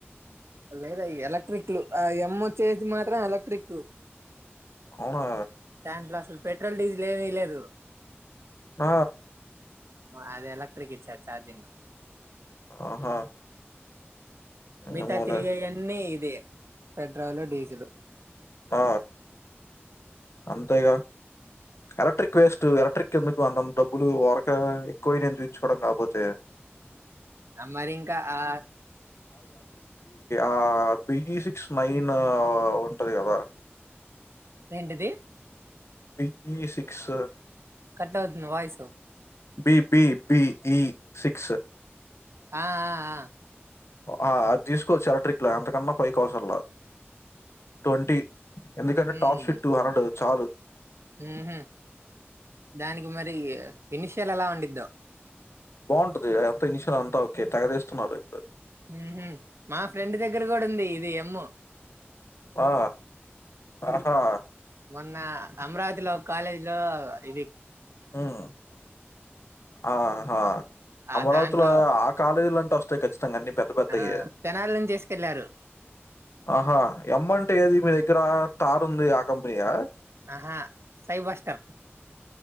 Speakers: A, on the right; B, on the left.
A: లేదా ఎలక్ట్రిక్ లు ఆ ఎం చేతి మాత్ర ఎలక్ట్రిక్.
B: అవునా?
A: టెన్ క్లాసలు పెట్రోల్ డీజిల్ ఏమీ లేవు. <unintelligible>
B: ఆ
A: అది ఎలక్ట్రిక్ ఇచ్చ చార్జింగ్.
B: ఆహా!
A: మిగతా
B: ఏమోలే.
A: తిరిగేయన్ని ఇదే. Petrol, diesel.
B: ఆ అంతేగా ఎలక్ట్రిక్ వేస్ట్ ఎలక్ట్రిక్ ఎందుకు అంతంత డబ్బులు ఊరక ఎక్కువై నను చూ యించుకోవడం కాకపోతే.
A: మరి ఇంకా ఆ
B: ఆ బిఈ సిక్స్ నైన్ ఉంటది కదా!
A: ఏంటిది?
B: బిఈ సిక్స్
A: కట్టవుతుంది వాయిస్
B: బిబిబిఈ సిక్స్
A: ఆ ఆ ఆ
B: ఆ అది తీసుకోవచ్చు ఎలక్ట్రిక్ లో అంతకన్నా పైకి అవసర లే. ట్వంటీ ఎందుకంటే
A: um
B: top shit two hundred చాలు
A: ఉహు దానికి మరి ఇనిషియల్ ఎలా ఉండిద్దో!
B: బాగుంటది, అంత ఇన్షియల్ అంతా ఓకే. తెగదేస్తున్నారు ఇప్పుడు.
A: హు హూ! మా ఫ్రెండ్ దగ్గర కూడా ఉంది ఇది ఎమ్.
B: ఆ ఆహా!
A: మొన్న అమరావతిలో కాలేజీ లో ఇవీ
B: హ్మ్! ఆహా!
A: ఆ
B: అమరావతిలో
A: దాంట్లో
B: ఆ కాలేజీ వస్తుం ఖచ్చితంగా అన్నీ పెద పెద్దయే
A: ఆ తెనాలి నుంచి తీసుకెళ్లారు
B: ఆహా! ఎమ్ అంటే ఏది మీ దగ్గర కారు ఉంది ఆ కంపెనీయా?
A: ఆహా సైబస్టర్